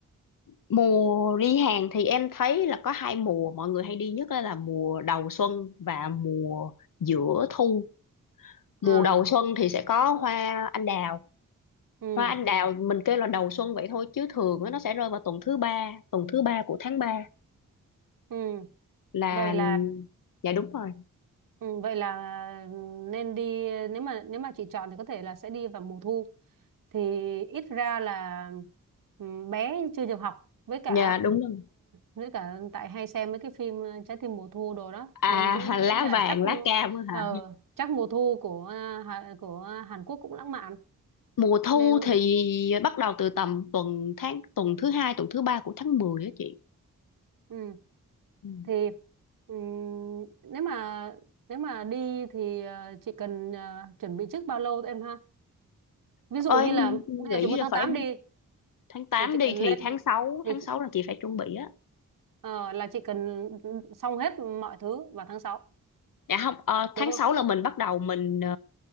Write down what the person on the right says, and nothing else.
à
ừ
ừ
vậy là
Ừ, vậy là ừ, nên đi nếu mà nếu mà chị chọn thì có thể là sẽ đi vào mùa thu thì ít ra là ừm, bé chưa được học với cả
với cả tại hay xem mấy cái phim ờ, Trái tim mùa thu đồ đó
nên cũng thấy
là
chắc
ờ, chắc mùa thu của ờ, Hà- của Hàn Quốc cũng lãng mạn
nên
ừ,
thì ừm, nếu mà nếu mà đi thì ờ, chị cần ờ, chuẩn bị trước bao lâu em ha ví
dụ như là bây
giờ chị muốn
tháng
8 đi
thì chị
cần
lên
thì
chị,
ờ, là chị cần xong hết mọi thứ vào tháng sáu
đúng không?